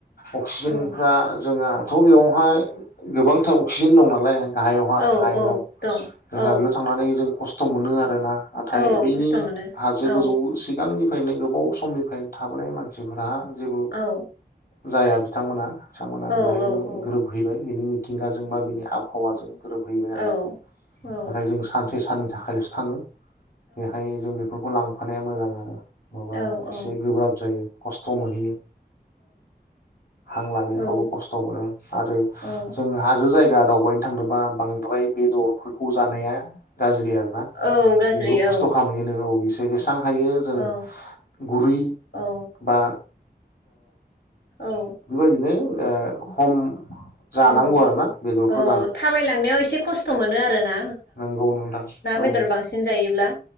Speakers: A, on the left (about 60°); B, on the left (about 85°).
A: अक्सिजेनफ्रा
B: औ
A: जोंहाथ बेवहाय गोबांथार अक्सिजेन दं नालाय गाहायावहा
B: औ
A: हायेनाव
B: औ दं
A: जोंहा
B: औ
A: बेयाव थांनानै जों खस्थ खस्थ मोनो आरो ना। नाथाय
B: औ
A: बैनि
B: खस्थ' मोनो
A: हाजो
B: औ
A: गोजौ सिम सिगांनिफ्रायनो गोबाव समनिफ्रायनो थाबोनाय मानसिफ्रा मानसिफोरा जेबो
B: औ
A: जाया बिथांमोना बिथांमोना
B: औ
A: बेहायनो
B: औ औ
A: गोरोब हैबाय बिनि मिथिंगाजों बा बिनि आबहावाजों गोरोबहैबाय नालाय
B: औ औ
A: नाथाय जों सानसे साननैनि थाखाय थाखायलसो थाङो। बेहाय जों बेफोरखौ लांफानो हानाया मोजां आरो। माबा
B: औ
A: एसे गोब्राब जायो। खस्थ मोनहैयो हां लानायफ्रावबो
B: औ औ
A: खस्थ मोनो आरो
B: औ
A: जों हाजो जायगा दावबायनो थांनोबा बांद्राय बेदरफोरखौ जानाया गाज्रि आरो। आरोना
B: औ गाज्रि
A: बेबो
B: औ
A: खस्थ खालामहैयो औ एसे जेसेबां हायो जों
B: औ
A: गुरै
B: औ
A: ओ
B: औ
A: बेबायदिनो दा खम जानांगौ
B: औ
A: आरोना बेदरफोर
B: औ थाबायलांनायाव एसे खस्थ मोनो आरो ना।
A: नंगौ नोंथां। औ-
B: बेदर बांसिन जायोब्ला